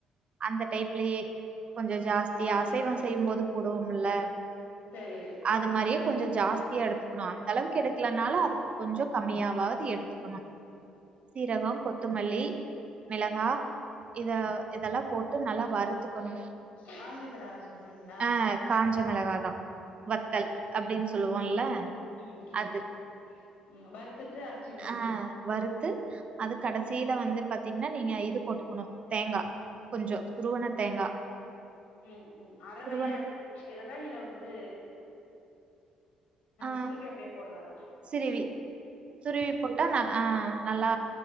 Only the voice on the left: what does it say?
சரி
ம்
காஞ்ச மெளகா சொல்றீங்ளா
ம்
ம் ம்
ம் வறுத்துட்டு அரச்சிக்கணு
ம் ம் அறவையே
அரைச்சி வச்சிக்கிறதா இல்ல வந்து
சுருவி அப்டியே போட்றதா